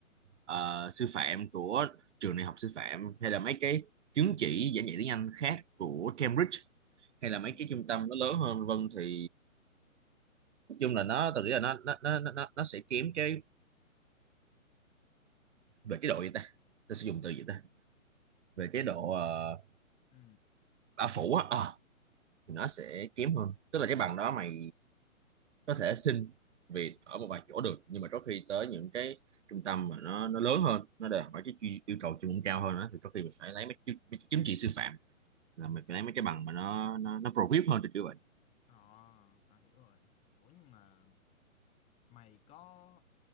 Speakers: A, on the right; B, on the left.
A: ờ, sư phạm của trường đại học sư phạm hay là mấy cái chứng chỉ giảng dạy tiếng Anh khác của Cambridge hay là mấy
B: ừ
A: cái trung tâm nó lớn hơn vân thì nói chung là nó tôi nghĩ là nó nó nó nó nó nó sẽ kém cái về cái độ
B: ừ
A: gì ta ta sử dụng từ gì ta về cái độ ờ,
B: ừ.
A: bao phủ á ờ, thì nó sẽ kém hơn tức là cái bằng đó mày có thể xin việc ở một vài chỗ được nhưng mà có khi tới những cái trung tâm mà nó nó lớn hơn nó đòi hỏi cái chi- yêu cầu chuyên môn cao hơn đó, thì có khi mình phải lấy mấy, cái- mấy cái chứng chỉ sư phạm là mình phải lấy mấy cái bằng mà nó nó nó pro vip hơn thì kiểu vậy
B: ờ tao hiểu rồi ủa nhưng mà mày có